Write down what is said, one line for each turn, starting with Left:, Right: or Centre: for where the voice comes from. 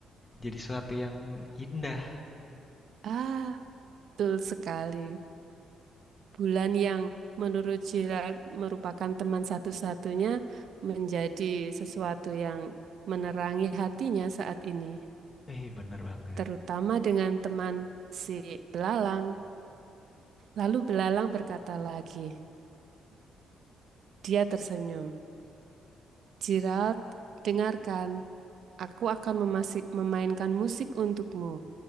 Left: jadi sesuatu yang indah.
Right: Ah, betul sekali. Bulan yang menurut Gerard merupakan teman satu-satunya menjadi sesuatu yang menerangi hatinya saat ini,
Left: Eh, bener banget.
Right: terutama dengan teman si belalang. Lalu belalang berkata lagi, dia tersenyum. Gerald, dengarkan, aku akan memasi- memainkan musik untukmu.